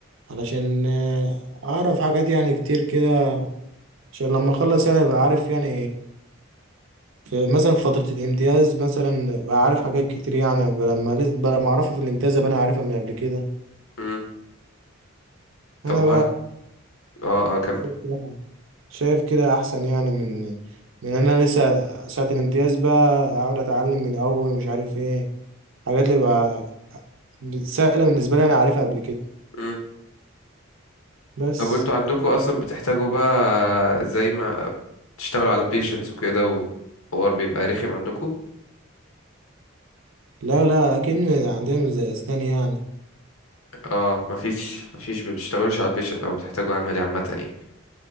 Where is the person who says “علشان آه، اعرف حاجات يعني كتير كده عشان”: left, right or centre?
Right